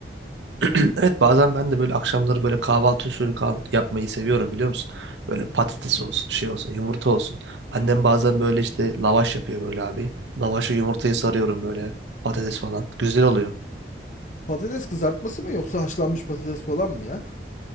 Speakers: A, on the right; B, on the left.
A: <clears throat> Evet bazen ben de böyle akşamları böyle kahvaltı usulü kah- yapmayı seviyorum biliyor musun? Böyle patates olsun şey olsun yumurta olsun. Annem bazen böyle işte lavaş yapıyor böyle abi. Lavaşı yumurtayı sarıyorum böyle patates falan. Güzel oluyor.
B: Patates kızartması mı yoksa haşlanmış patates falan mı ya?